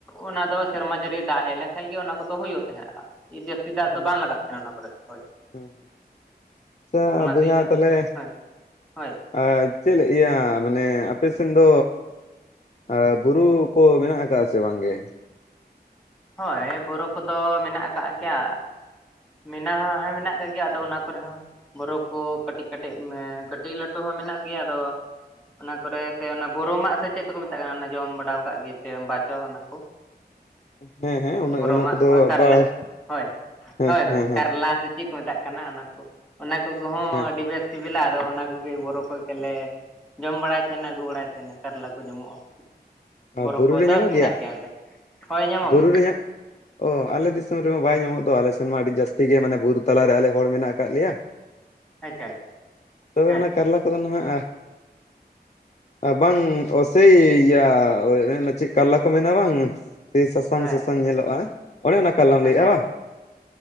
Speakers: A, in the centre; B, on the left.
A: ᱚᱱᱟ ᱫᱚ ᱥᱮᱨᱢᱟ ᱡᱟᱹᱲᱤ ᱫᱟᱜ ᱦᱮᱡ ᱞᱮᱱᱠᱷᱟᱱ ᱜᱮ ᱚᱱᱟ ᱠᱚᱫᱚ ᱦᱩᱭᱩᱜ ᱛᱟᱦᱮᱸᱱᱟ ᱡᱟᱹᱥᱛᱤ ᱫᱟᱜ
B: ᱦᱩᱸ
A: ᱫᱚ ᱵᱟᱝ
B: ᱦᱩᱸ
A: ᱞᱟᱜᱟᱜ ᱛᱟᱦᱮᱱᱟ ᱚᱱᱟ ᱠᱚᱨᱮ ᱫᱚ ᱦᱳᱭ
B: ᱦᱩᱸ ᱟᱪᱪᱷᱟ
A: ᱚᱱᱟᱛᱮ
B: ᱵᱚᱭᱦᱟ
A: ᱤᱱᱟᱹᱜ
B: ᱛᱟᱦᱚᱞᱮ
A: ᱦᱳᱭ ᱦᱳᱭ
B: ᱟᱡ ᱪᱮᱞ ᱤᱭᱟ ᱢᱟᱱᱮ ᱟᱯᱮ ᱥᱮᱱ ᱫᱚ ᱟ ᱵᱩᱨᱩ ᱠᱚ ᱢᱮᱱᱟᱜ ᱠᱟᱜᱼᱟ ᱥᱮ ᱵᱟᱝ ᱜᱮ
A: ᱦᱳᱭ ᱵᱩᱨᱳ ᱠᱚᱫᱚ ᱢᱮᱱᱟᱜ ᱟᱠᱟᱫ ᱜᱮᱭᱟ ᱢᱮᱱᱟᱜ ᱦᱮᱸ ᱢᱮᱱᱟᱜ ᱟᱠᱟᱜ ᱜᱮᱭᱟ ᱟᱫᱚ ᱚᱱᱟ ᱠᱚᱨᱮ ᱦᱚᱸ ᱵᱚᱨᱚ ᱠᱚ ᱠᱟᱹᱴᱤᱡ ᱠᱟᱹᱴᱤᱡ ᱢᱮ ᱠᱟᱹᱴᱤᱡ ᱞᱟᱹᱴᱩ ᱦᱚᱸ ᱢᱮᱱᱟᱜ ᱜᱮᱭᱟ ᱟᱫᱚ ᱚᱱᱟ ᱠᱚᱨᱮ ᱥᱮ ᱚᱱᱟ ᱵᱚᱨᱚᱢᱟᱜ ᱥᱮ ᱪᱮᱫ ᱠᱚ ᱢᱮᱛᱟᱜ ᱠᱟᱱᱟ ᱡᱚᱢ ᱵᱟᱲᱟ ᱠᱟᱜ ᱜᱮ ᱪᱚᱢ ᱵᱟ ᱪᱚᱢ ᱚᱱᱟ ᱠᱚ
B: ᱦᱮᱸ ᱦᱮᱸ ᱚᱱᱟ
A: ᱵᱚᱨᱚᱜ
B: ᱚᱱᱟ ᱠᱚᱫᱚ
A: ᱦᱳᱭ ᱠᱟᱨᱞᱟ
B: ᱵᱟᱲᱟᱭ
A: ᱦᱳᱭ
B: ᱦᱮᱸ
A: ᱦᱳᱭ ᱦᱳᱭ
B: ᱦᱮᱸ ᱦᱮᱸ
A: ᱠᱟᱨᱞᱟ ᱥᱮ ᱪᱮᱫ ᱠᱚ ᱢᱮᱛᱟᱜ ᱠᱟᱱᱟ ᱚᱱᱟ ᱠᱚ ᱚᱱᱟ ᱠᱚ ᱠᱚᱦᱚᱸ
B: ᱦᱮᱸ
A: ᱟᱹᱰᱤ ᱵᱮᱥ ᱥᱤᱵᱤᱞᱟ ᱟᱫᱚ ᱚᱱᱟ ᱠᱚᱜᱮ ᱵᱚᱨᱚ ᱠᱚ ᱛᱮᱞᱮ ᱡᱚᱢ ᱵᱟᱲᱟᱭ ᱛᱟᱦᱮᱱᱟ ᱟᱹᱜᱩ ᱵᱟᱲᱟᱭ ᱛᱟᱦᱮᱱᱟ ᱠᱟᱨᱞᱟ ᱠᱚ ᱧᱟᱢᱚᱜᱼᱟ ᱵᱚᱨᱚ
B: ᱵᱩᱨᱩ
A: ᱠᱚᱫᱚ
B: ᱨᱮ ᱧᱟᱢᱚᱜ
A: ᱢᱮᱱᱟᱜ
B: ᱜᱮᱭᱟ
A: ᱱᱚᱛᱮ ᱦᱳᱭ ᱧᱟᱢᱚᱜ
B: ᱵᱩᱨᱩ
A: ᱜᱮ
B: ᱨᱮ ᱧᱚᱜ ᱚ ᱟᱞᱮ ᱫᱤᱥᱚᱢ ᱨᱮᱢᱟ ᱵᱟᱭ ᱧᱟᱢᱚᱜ ᱫᱚ ᱟᱞᱮ ᱥᱮᱱ ᱢᱟ ᱟᱹᱰᱤ ᱡᱟᱹᱥᱛᱤ ᱜᱮ ᱢᱟᱱᱮ ᱵᱩᱨᱩ ᱛᱟᱞᱟᱨᱮ ᱟᱞᱮ ᱦᱚᱲ ᱢᱮᱱᱟᱜ ᱟᱠᱟᱫ ᱞᱮᱭᱟ
A: ᱟᱪᱪᱷᱟ
B: ᱦᱩᱸ
A: ᱟᱪᱪᱷᱟ
B: ᱛᱚᱵᱮ
A: ᱦᱮᱸ
B: ᱚᱱᱟ ᱠᱟᱨᱞᱟ ᱠᱚᱫᱚ ᱱᱟᱦᱟᱸᱜ ᱟᱨ ᱵᱟᱝ ᱚ ᱥᱮᱭᱟ ᱳ ᱚᱱ ᱚᱱᱟ ᱪᱮᱫ ᱠᱟᱨᱞᱟ ᱠᱚ ᱢᱮᱱᱟ ᱵᱟᱝ ᱥᱤ ᱥᱟᱥᱟᱝ
A: ᱦᱮᱸ
B: ᱥᱟᱥᱟᱝ ᱧᱮᱞᱚᱜᱼᱟ ᱚᱱᱮ ᱚᱱᱟ ᱠᱟᱨᱞᱟᱢ ᱞᱟᱹᱭᱮᱫᱼᱟ
A: ᱟᱪᱪᱷᱟ
B: ᱵᱟ
A: ᱟᱪᱪᱷᱟ